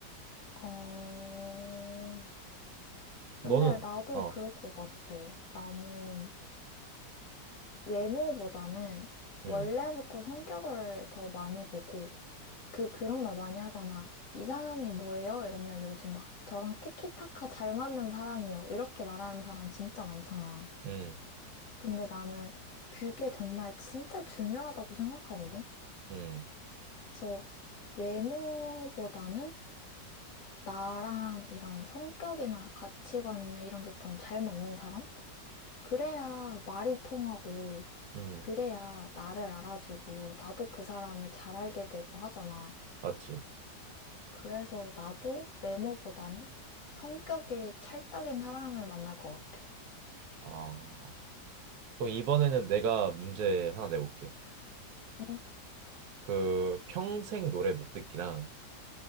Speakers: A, on the left (about 70°); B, on the right (about 65°).
A: 어, 근데
B: 너는
A: 나도
B: 어,
A: 그럴 것 같아. 나는 외모보다는
B: 음,
A: 원래부터 성격을 더 많이 보고, 그, 그런 말 많이 하잖아. 이상형이 뭐예요? 이러면 요즘 막 저랑 티키타카 잘 맞는 사람이요. 이렇게 말하는 사람 진짜 많잖아.
B: 음,
A: 근데 나는 그게 정말 진짜 중요하다고 생각하거든?
B: 음.
A: 그래서 외모보다는 나랑 이런 성격이나 가치관이나 이런 게 좀 잘 맞는 사람? 그래야 말이 통하고,
B: 음,
A: 그래야 나를 알아주고, 나도 그 사람을 잘 알게 되고 하잖아.
B: 맞지.
A: 그래서 나도 외모보다는 성격이 찰떡인 사람을 만날 것 같아.
B: 아, 그럼 이번에는 내가 문제 하나 내볼게.
A: 응?
B: 그 평생 노래 못 듣기랑